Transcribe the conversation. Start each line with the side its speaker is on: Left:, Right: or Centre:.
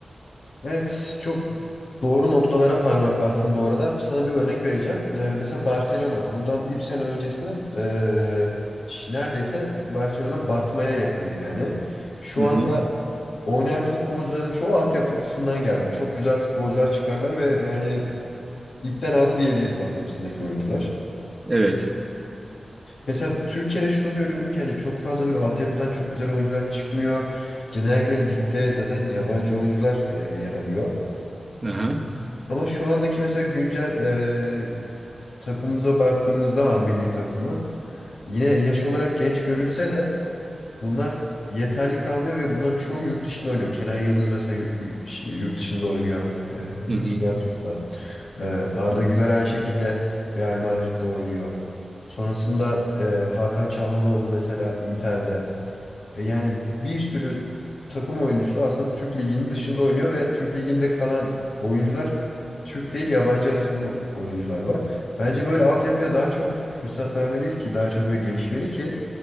Left: Evet, çok doğru noktalara parmak bastın bu arada. Sana bir örnek vereceğim. Ee, mesela Barcelona bundan 3 sene öncesinde ee, ş- neredeyse Barcelona batmaya yakındı yani. Şu
Right: Hı
Left: anda
Right: hı.
Left: Oynayan futbolcuların çoğu altyapısından gelme. Çok güzel futbolcular çıkarlar ve yani ipten aldı diyebiliriz altyapısındaki oyuncular.
Right: Evet.
Left: Mesela Türkiye'de şunu görüyorum ki hani çok fazla böyle altyapıdan çok güzel oyuncular çıkmıyor. Genellikle ligde zaten yabancı oyuncular e, yer alıyor.
Right: Aha.
Left: Ama şu andaki mesela güncel e, takımımıza baktığımızda ha, milli takıma yine yaş olarak genç görünse de bunlar yeterli kalmıyor ve bunların çoğu yurt dışında oynuyor. Kenan Yıldız mesela yurt, yurt dışında oynuyor. E,
Right: Hı hı.
Left: Juventus'ta. Ee, Arda Güler aynı şekilde Real Madrid'de oynuyor. Sonrasında e, Hakan Çalhanoğlu mesela Inter'de. E, yani bir sürü takım oyuncusu aslında Türk Ligi'nin dışında oynuyor ve Türk Ligi'nde kalan oyuncular Türk değil yabancı asıllı oyuncular var. Bence böyle altyapıya daha çok fırsat vermeliyiz ki daha çok böyle gelişmeli ki